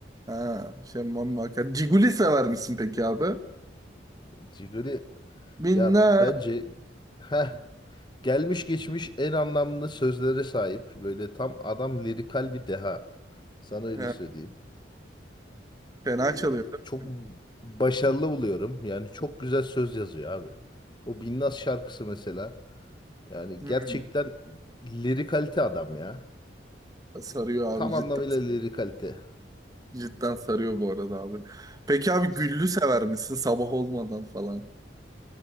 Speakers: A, on the right; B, on the left.
A: Ha, şemmam akar. Ciguli sever misin peki abi?
B: Ciguli
A: Binna.
B: ya bence heh, gelmiş geçmiş en anlamlı sözlere sahip. Böyle tam adam lirikal bir deha. Sana öyle
A: He,
B: söyleyeyim.
A: fena
B: Ee,
A: çalıyor değil
B: çok
A: mi?
B: başarılı buluyorum. Yani çok güzel söz yazıyor abi. O Binnaz şarkısı mesela. Yani
A: Hmm,
B: gerçekten lirikalite adam ya.
A: sarıyor abi
B: Tam
A: cidden
B: anlamıyla
A: sarıyor.
B: lirikalite.
A: Cidden sarıyor bu arada abi. Peki abi güllü sever misin sabah olmadan falan?